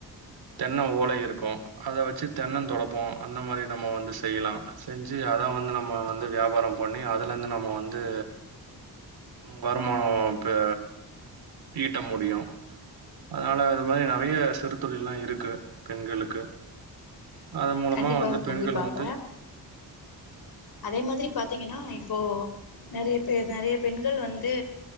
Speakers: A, on the right (about 65°); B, on the left (about 65°).
A: தென்ன ஓலை இருக்கு அத வச்சு தென்னன் தொடப்போ அந்த மாதிரி நம்ம வந்து செய்யலா செஞ்சு அதா வந்து வந்து நம்ம வந்து வியாபாரம் பண்ணி அதுல இருந்து நம்ம வந்து வருமானம் பெ ஈட்ட முடியு அதனால அது மாதிரி நெறையா சிறு தொழில் எல்லா இருக்கு பெண்களுக்கு அதன் மூலமாக
B: கண்டிப்பா
A: வந்து
B: கண்டிப்பாக
A: பெண்கள வந்து
B: அதே மாதிரி பாத்தீங்கன்னா இப்போ நெறைய பேர் நெறையா பெண்கள் வந்து